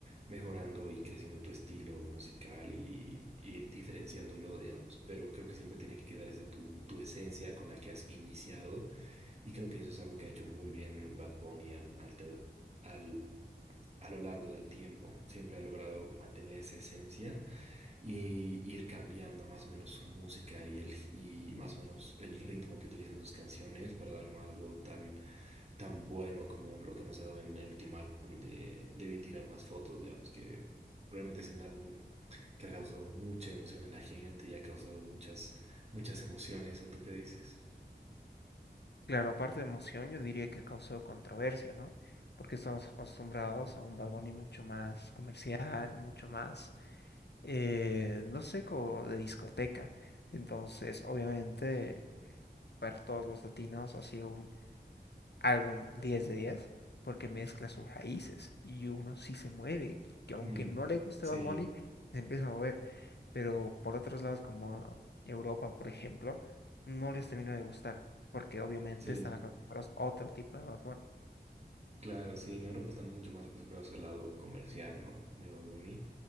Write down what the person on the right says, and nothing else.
mejorando y creciendo tu estilo musical y, y ir diferenciándolo, digamos. Pero creo que siempre tiene que quedar esa tu, tu esencia con la que has iniciado y creo que eso es algo que ha hecho muy bien Bad Bunny al, al, ter- al- a lo largo del tiempo. Siempre ha logrado mantener esa esencia y ir cambiando más o menos su música y, el, y más o menos el ritmo que utilizan sus canciones para darnos algo tan, tan bueno como lo que nos ha dado en el último álbum de Debí tirar más fotos, digamos que realmente ha sido un álbum que ha causado mucha emoción en la gente y ha causado muchas, muchas emociones, ¿o tú qué dices?
Mm,
sí,
sí.
Claro, sí, en Europa están mucho más acostumbrados al lado comercial, ¿no? De Bad Bunny.